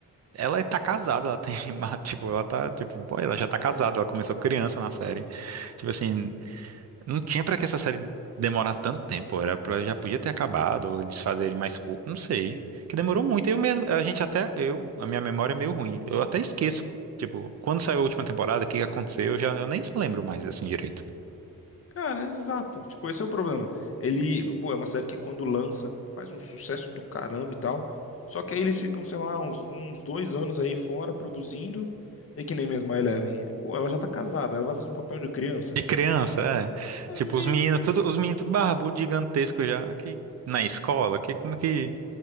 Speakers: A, on the right; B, on the left.
A: ela tá casada, ela tem, <laughs> tipo, ela tá, tipo, boy, ela já tá casada, ela começou criança na série. Tipo assim, não tinha pra que essa série demorar tanto tempo, era para já podia ter acabado, ou eles fazerem mais curto, não sei. Que demorou muito, eu mesmo, a gente até, eu, a minha memória é meio ruim, eu até esqueço, tipo, quando saiu a última temporada, o que que aconteceu, eu já, eu nem lembro mais, assim, direito.
B: Cara, exato. Tipo, esse é o problema. Ele, pô, é uma série que quando lança faz um sucesso do caramba e tal. Só que aí eles ficam, sei lá, uns, uns dois anos aí fora produzindo. É que nem mesmo a Eleven. é, Pô, ela já tá casada, ela vai fazer um papel de criança.
A: De criança, é,
B: É
A: tipo,
B: meio.
A: os meninos, tudo, os meninos tudo barbudo, gigantesco já, que, na escola, que, como que,